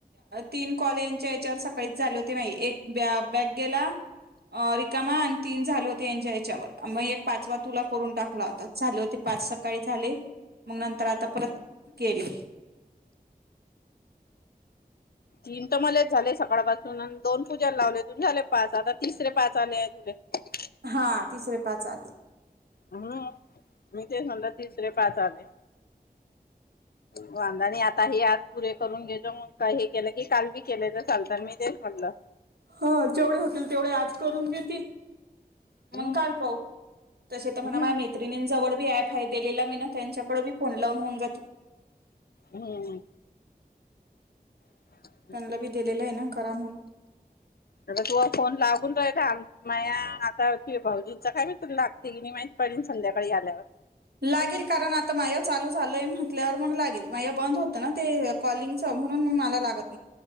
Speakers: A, on the right; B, on the left.
A: तीन कॉले- - याच्यावर सकाळी झाले होते माइ एक बॅक गेला. अ रिकामा आणि तीन झाले होते यांच्या याच्यावर मग एक पाचवा तुला करून टाकला होता झाले होते. पाच सकाळी झाले मग नंतर आता परत केले.
B: तीन तर मलाच झाले सकाळ पासून आणि दोन पूजाला लावले तून झाले पाच आता तिसरे पाच आले आहे तुले --
A: हा तिसरे पाच आले.
B: हम्. मी तेच म्हणलं तिसरे पाच आले. वांदा आणि आता हे आज पुरे करून घेतचो मग हे केलं की काल बी केले तर चालत मी तेच म्हणलं.
A: हा जेवढे होतील तेवढे आज करून घेते.
B: हम्म
A: मग काल पाहु तसे तर म्हणा
B: हम्म
A: मा मैत्रिणीं जवड- - ते ॲप हाय दिलेलं मीना त्यांच्याकडी फोन लावून होऊन जाते.
B: हम्म <inaudible>
A: त्यांना बी दिलेलं आहे ना करा म्हणून.
B: आगं तु आ फोन लागून रा का माया आता कि भाऊजींच काय मी तुला लागते की नाही माहित पाहिजे संध्याकाळी आल्यावर.
A: लागेल कारण आता माया चालू झालंय म्हटल्यावर मग लागेल. मा बंद होतं ना ते कॉलिंगच म्हणून म मला लागत --